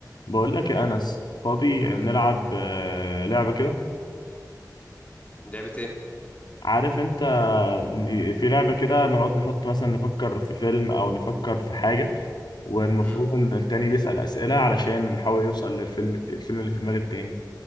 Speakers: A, on the left (about 80°); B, on the left (about 20°).
A: بقول لك يا انس فاضي نلعب آه، لعبه كده
B: لعبة ايه؟
A: عارف انت دي- في لعبه كده نقعد نحط مثلا نفكر في فيلم او نفكر في حاجه والمفروض
B: مم.
A: ان التاني بيسال اسئله علشان نحاول يوصل للفيلم الفيلم اللي في دماغ التاني